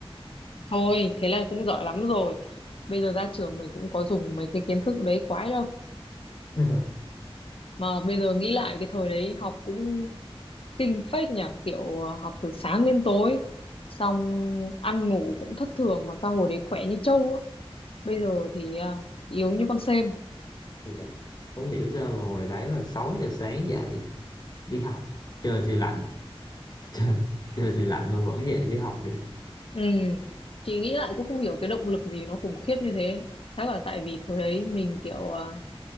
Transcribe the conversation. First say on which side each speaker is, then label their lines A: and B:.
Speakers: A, on the left; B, on the left.
A: Thôi, thế là cũng giỏi lắm rồi. Bây giờ ra trường mình cũng có dùng mấy cái kiến thức đấy quái đâu.
B: <laughs>
A: Mà bây giờ nghĩ lại cái thời đấy học cũng kinh phết nhỉ, kiểu ờ, học từ sáng đến tối, xong ăn ngủ cũng thất thường mà sao hồi đấy khỏe như trâu á. Bây giờ thì à, yếu như con sên.
B: Dạ. không hiểu sao mà hồi đấy là 6 giờ sáng dậy đi học trời thì lạnh <laughs> Trời, chơi thì lạnh mà vẫn dậy đi học được
A: Ừ, chị nghĩ lại cũng không hiểu cái động lực gì nó khủng khiếp như thế. Chắc là tại vì thời đấy mình kiểu à,